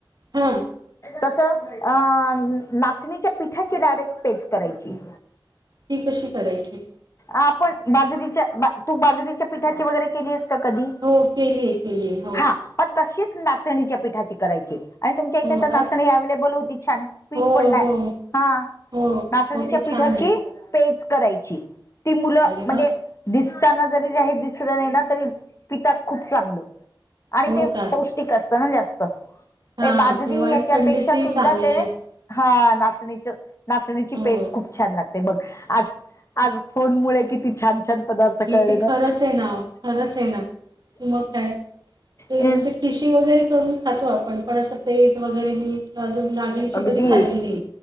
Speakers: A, on the right (about 55°); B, on the left (about 35°).
A: हं.
B: तसं अं नाचणीच्या पिठाची डायरेक्ट पेच करायची.
A: ती कशी करायची?
B: आपण बाजरीच्या बा तू बाजरीच्या पिठाची वगैरे केली आहेस का कधी?
A: हो केलीय, केलीय हो.
B: हा मग तशीच नाचणीच्या पिठाची करायची आणि तुमच्या इथे
A: हो
B: तर
A: का?
B: नाचणी अव्हेलेबल होती छान पीठ
A: हो,
B: पण नाही
A: हो,
B: हां
A: हो.
B: नाचणीच्या
A: हो ते
B: पीठाची
A: छान आहे.
B: पेज करायची. ती मुलं
A: अरे
B: म्हणजे
A: वाह!
B: दिसतांना जरी दिसलं नाही ना तरी पितात खूप चांगलं आणि
A: हो
B: ते
A: का?
B: पौष्टिक असतं ना जास्त
A: हां
B: बाजरी
A: तेव्हा
B: याच्यापेक्षा
A: आणि थंडीचीही
B: सुद्धा
A: चांगली
B: ते
A: असते.
B: हा नाचणीच नाचणीची
A: हो.
B: पेज खूप छान लागते बघ आ आज फोन मुळे किती छान-छान पदार्थ
A: ते
B: कळले
A: खरंच
B: ना
A: आहे ना, खरंच आहे ना मग काय? ते
B: अ-
A: म्हणजे खिशी वगैरे करून खातो आपण पण असं पेच वगैरे मी अजून नागलीची
B: अगदी
A: कधी खाल्ली नाही.